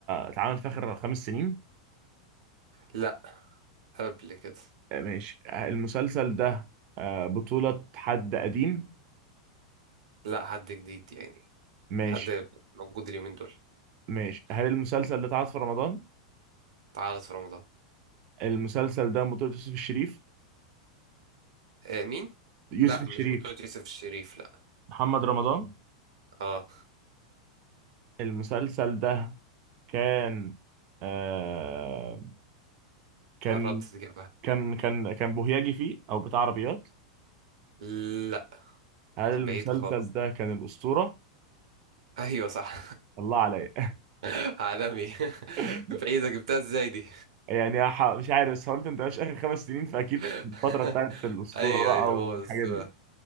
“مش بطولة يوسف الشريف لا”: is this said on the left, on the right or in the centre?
Right